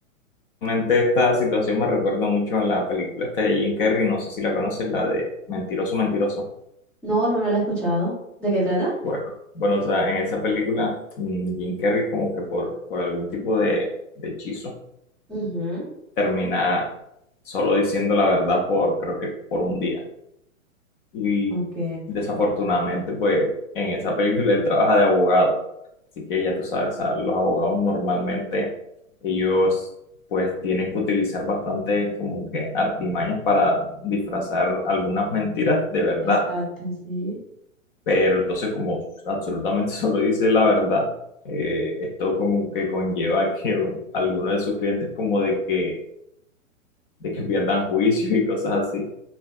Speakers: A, on the left; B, in the centre.
A: Realmente esta situación me recuerda mucho a la película esta de Jim Carrey, no sé si la conoces, la de Mentiroso, Mentiroso.
B: No, no, no lo he escuchado. ¿De qué trata?
A: Bueno, bueno, o sea, en esa película mm, Jim Carrey como que por, por algún tipo de, de hechizo
B: Ujú,
A: termina solo diciendo la verdad por, creo que por un día. Y
B: Ok.
A: desafortunadamente, pues en esa película él trabaja de abogado. Así que ya tú sabes, a los abogados normalmente ellos pues tienen que utilizar bastante como que artimañas para disfrazar algunas mentiras de verdad.
B: Exacto, sí.
A: Pero entonces como absolutamente <laughs> solo dice la verdad, eh, esto como que conlleva que algunos de sus clientes como de que, de que pierdan juicio y cosas así